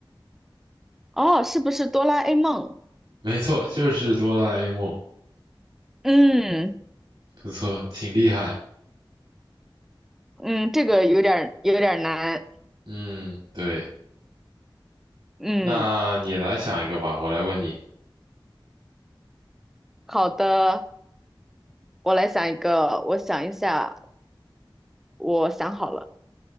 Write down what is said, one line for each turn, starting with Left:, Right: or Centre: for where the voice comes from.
Centre: 哦，是不是哆啦 A 梦？
Right: 没错，就是哆啦 A 梦，
Centre: 嗯
Right: 不错，挺厉害，
Centre: 嗯，这个有点儿有点儿难。
Right: 嗯，对，
Centre: 嗯，
Right: 那你来想一个吧，我来问你，
Centre: 好的，我来想一个，我想一下，我想好了。